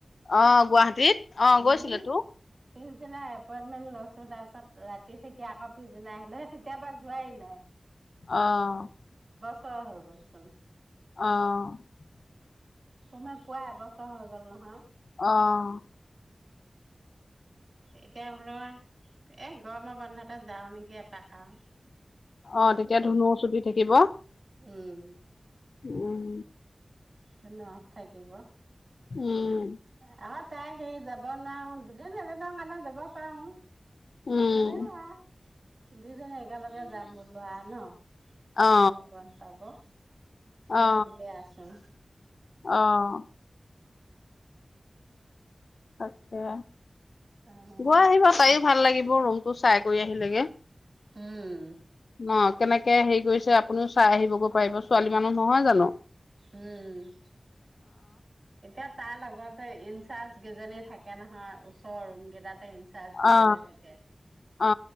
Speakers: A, on the left (about 80°); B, on the right (about 60°).
A: অ' গুৱাহাটী। অ'
B: উম
A: গৈছিলোঁ তো।
B: পিছদিনা এপইন্টমেন্ট লৈছোঁ তাৰ পিছত ৰাতি থাকি আকৌ পিছদিনা আহিলোঁ, সে, তেতিয়া পৰা যোৱাই নাই।
A: অ'।
B: ৰ হৈ গ'ল চোন।
A: অ'।
B: তোমাৰ পোৱা এবছৰ হৈ গ'ল ন?
A: অ'।
B: এতিয়া বোলো এ গৰমৰ বন্ধতে যাওঁ নেকি এপাক আৰু।
A: অ', তেতিয়া ধুনু ছুটি থাকিব।
B: উম
A: উম।
B: ধুনু অ' থাকিব। আমাৰ
A: উম
B: তাই হে যাব নোৱাৰে আও। দুই এদিনৰ কাৰণে যাব পাওঁ।
A: উম
B: হলেও আও, দুইজনী একেলগে যাম বোলো ন,
A: অ
B: তাইও বন্ধ পাব। <inaudible> এই
A: অ
B: সেইবুলিয়েই আছোঁ।
A: অ'। তাকে।
B: অ উম
A: গৈ আহিব, তাইও ভাল লাগি মোৰ ৰুমটো চাই কৰি আহিলে গে।
B: উম।
A: অ', কেনেকে হেৰি কৰিছে আপুনিও চাই আহিবগৈ পাৰিব, ছোৱালী মানুহ নহয় জানোঁ?
B: উম, এতিয়া তাৰ লগতে ইনচাৰ্জ কেইজনী থাকে নহয়, ওচৰৰ ৰুম কেইটাতে ইন চাচ কিজনী
A: অ
B: থাকে
A: অ